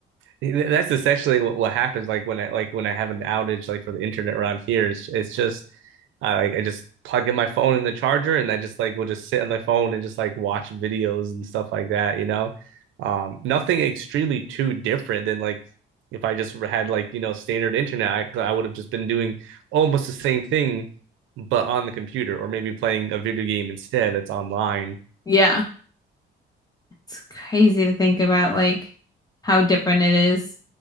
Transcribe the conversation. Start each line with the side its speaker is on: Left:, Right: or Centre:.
Right: that's essentially what, what happens like when i like when i have an outage like for the internet around here it's, it's just i like i just plug in my phone in the charger and i just like will just sit on my phone and just like watch videos and stuff like that you know um nothing extremely too different than like if i just had like you know standard internet i, I would have just been doing almost the same thing but on the computer or maybe playing a video game instead that's online <laughs>
Left: Yeah, it's crazy to think about like how different it is.